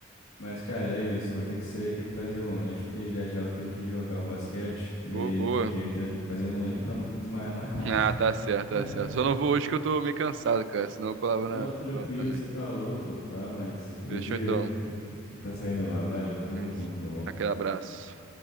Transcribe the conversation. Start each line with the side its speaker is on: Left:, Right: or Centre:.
Left: Mas, cara, é isso. Vou ter que sair aqui pra fazer um lanche, porque já já eu tenho que jogar um basquete. E
Right: Pô,
Left: aí
Right: boa.
Left: não tem jeito, né? Tem que fazer um lanche pra não desmaiar na quadra.
Right: Ah, tá certo, tá
Left: <laughs>
Right: certo. Só não vou hoje que eu tô meio cansado, cara, senão eu colava
Left: Não,
Right: na...
Left: tranquilo,
Right: colava também.
Left: você falou, pô, tá? Mas hoje
Right: Fechou, então.
Left: tá saindo lá. Valeu, tamo
Right: É isso.
Left: junto, meu bom.
Right: Aquele abraço.